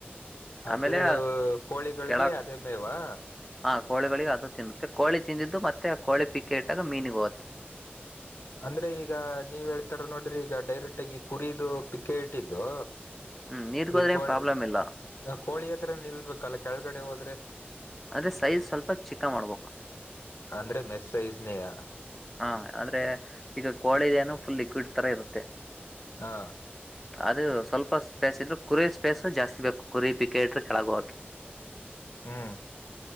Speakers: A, on the left; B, in the centre.
A: ಅದು
B: ಆಮೇಲೆ
A: ಕೋಳಿಗಳಿಗೆ
B: ಕೆಳಕ್
A: ಅದೇ ಮೇವಾ.
B: ಹಾ ಕೋಿಗಳಿಗೆ ಅದು ತಿನ್ತ್ತೆ ಕೋಿ ತಿಂದಿದ್ದು ಮತ್ತೆ ಕೋಳಿ ಪಿಕ್ಕಿ ಇಟ್ಟಾಗ ಮೀನಿಗೆ ಹೋಗುತ್ತೆ.
A: ಅಂದ್ರೆ ಈಗ ನೀವ್ ಹೇಳ್ತಾರ ನೋಡ್ರಿ ಈಗ ಡೈರೆಕ್ಟ್ ಆಗಿ ಕುರಿದು ಪಿಕ್ಕ ಇಟ್ಟಿದ್ದು.
B: ಹ್ಮ್ ನೀರ್ಗೋದ್ರೆ
A: ಈ ಕೋಳಿ
B: ಏನ್ ಪ್ರಾಬ್ಲಮ್ ಇಲ್ಲ
A: ಕೋಳಿ ಹತ್ರ ನಿಲ್ಬೇಕಲ್ಲ ಕೆಳಗಡೆ ಹೋದ್ರೆ.
B: ಅಂದ್ರೆ ಸೈಜ್ ಸ್ವಲ್ಪ ಚಿಕ್ಕ ಮಾಡ್ಬೇಕು.
A: ಅಂದ್ರೆ ಮೆಸ್ ಸೈಜ್ನೇಯ.
B: ಹಾ ಆದ್ರೆ ಈಗ ಕೋಳಿಿದ ಏನೋ ಫುಲ್ ಲಿಕ್ವಿಡ್ ತರ ಇರುತ್ತೆ.
A: ಹಾ
B: ಅದೇ ಸ್ವಲ್ಪ ಸ್ಪೇಸ್ ಇದ್ರೆ ಕುರಿ ಸ್ಪೇಸ್ ಜಾಸ್ತಿ ಬೇಕು ಕುರಿ ಪಿಕೆ ಇಟ್ರೆ ಕೆಳಗೆ ಹೋಗಕೆ.
A: ಹ್ಮ್